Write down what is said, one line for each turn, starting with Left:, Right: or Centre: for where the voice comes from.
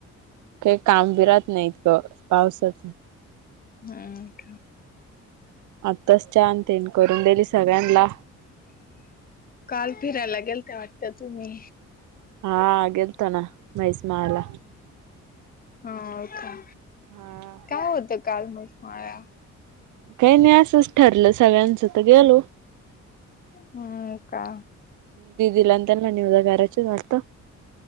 Right: काही काम ब राहत नाही इतकं पावसाच.
Left: हम्म ठा
Right: आत्ताच चहा तेन करून दिली सगळ्यांना.
Left: काल फिरायला गेलत्या ते वाटतया तुम्ही.
Right: हा गेलतो ना महिसमाळला.
Left: हाव का
Right: हा
Left: काय होतं काल महिसामाळ्या?
Right: काही नाही असंच ठरलं सगळ्यांचं तर गेलो.
Left: हम् काय
Right: दीदीला आणि त्यांना <unintelligible> करायचे वाटतं.